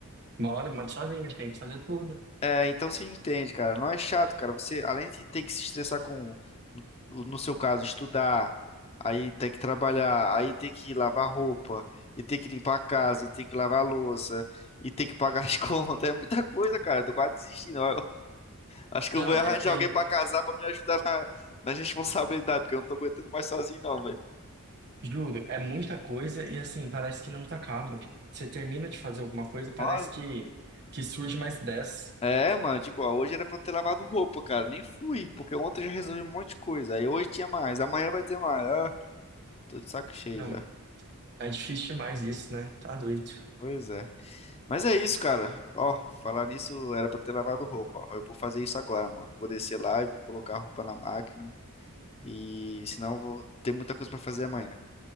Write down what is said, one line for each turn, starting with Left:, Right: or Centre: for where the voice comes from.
Right: Uma hora, manda sozinho, tem que fazer tudo.
Left: É, então você entende, cara. Não é chato, cara. Você, além de ter que se estressar com, no seu caso, estudar, aí ter que trabalhar, aí ter que lavar roupa, e ter que limpar a casa, e ter que lavar a louça, e ter que pagar as <laughs> contas, é muita coisa, cara. Tô quase desistindo. Acho que eu
Right: Não,
Left: vou arranjar
Right: é,
Left: alguém
Right: é-
Left: pra casar pra me ajudar na, nas responsabilidades, porque eu não tô aguentando mais sozinho, não, velho.
Right: juro, é muita coisa e assim, parece que não tá acaba. Você termina de fazer alguma coisa, parece
Left: Nossa.
Right: que, que surge mais dez
Left: É, mano, tipo, ó, hoje era pra eu ter lavado roupa, cara. Nem fui, porque ontem eu já resolvi um monte de coisa. Aí hoje tinha mais, amanhã vai ter mais. Ah, tô de saco cheio
Right: Não,
Left: já.
Right: é difícil demais isso, né? Tá doido.
Left: Pois é. Mas é isso, cara. Ó, falar nisso era pra ter lavado roupa. Ó. Eu vou fazer isso agora, mano. Vou descer lá e vou colocar a roupa na máquina. E senão eu vou ter muita coisa pra fazer amanhã.